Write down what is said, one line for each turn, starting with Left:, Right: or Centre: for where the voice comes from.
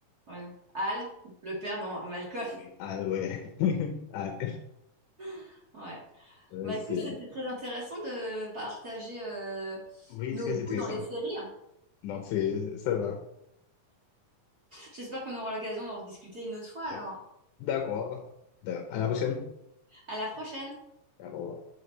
Right: Ouais. Al, le père dans Malcolm.
Left: Oui. Ah ouais. <laughs> Ah,
Right: <laughs> Ouais.
Left: euh,
Right: Bah
Left: c'est-
Right: écoute, c'était très intéressant de partager euh,
Left: oui,
Right: nos
Left: très
Right: goûts
Left: intéressant.
Right: dans les séries.
Left: Donc, c'est, ça va.
Right: J'espère qu'on aura l'occasion d'en rediscuter une autre fois
Left: Donc,
Right: alors.
Left: D'accord. À la prochaine.
Right: À la prochaine!
Left: D'accord.